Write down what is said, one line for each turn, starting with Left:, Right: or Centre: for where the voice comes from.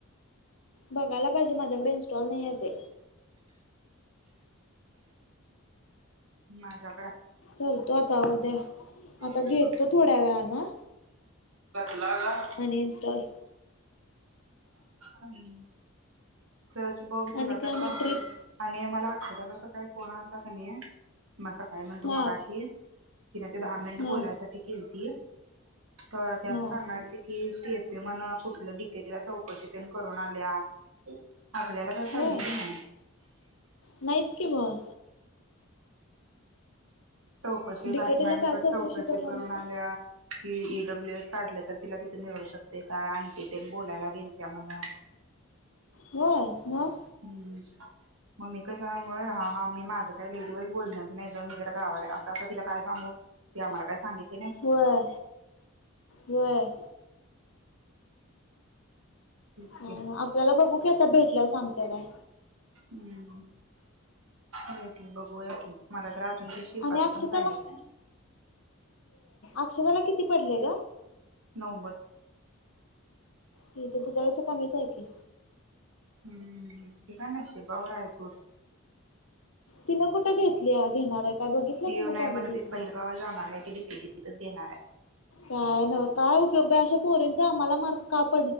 Left: बघायला पाहिजे माझ्याकडे इनस्टॉल नाहीयेत. ते
Right: माझ्या
Left: करतो आता उद्या,
Right: मम्मीला
Left: आता घेतो थोड्या वेळानं.
Right: कसला गं?
Left: आणि इन्स्टॉल
Right: हम्म. सर्च बघ तुला
Left: आणि
Right: काय <unintelligible> जाणार
Left: मग ट्रिप
Right: आणि मला त्याचा कसा काय फोन आलता का नाही. म सकाळी म्हणते
Left: हां
Right: मगाशी तिन ते दहा मिनिट
Left: हां
Right: बोलायसाठी केलती. तर त्या
Left: हां
Right: सांगालते की तेच ये म्हणा कुठल डिकेटीला चौकशी तेन करून आल्या. आपल्याला काय सांगितलं
Left: हो
Right: नाही.
Left: नाहीच कि मग
Right: चौकशी घाट
Left: डिकेटीला
Right: मॅडमकडे
Left: काय
Right: चौकशी
Left: करणार
Right: करून आल्या की डब्ल्यू एस काढलं तर तिला तिथ मिळू शकतय काय आंन्टी तेन बोलायला गेलत्याम्हणा.
Left: हो म.
Right: हम्म म मी कशा व हा हा मी माझं त लई दीवस बोलणच नाही ग मी जरा गावाला असं असता तिला काय सांगू की आम्हाला काय सांगित
Left: व्हय व्हय.
Right: तेच
Left: ह
Right: की
Left: आपल्याला बघू क त भेटल्यावर सांगत्या काय?
Right: हम्म भेटल बघूया की मला तर आज. ते शिफाच
Left: आणि अक्षताला
Right: पण सांगितलं ना,
Left: आक्षदाला किती पडले ग.
Right: नव्वद.
Left: हि तर तुझ्यापेक्षा कमीच आहे की.
Right: हम्म ते काय नशिबावर हाय सोड.
Left: तिनं कुठं घेतली घेणार आहे. काय बघितलं
Right: ती
Left: तिनं
Right: नाही
Left: कॉलेजेस
Right: म्हण ति बाहेरगावाला जाणार हाय <unintelligible> कि ती. ती थिथच घेणार हाय.
Left: काय नव काय उपयोग बा अशा पोरींचा आम्हाला मार्क काप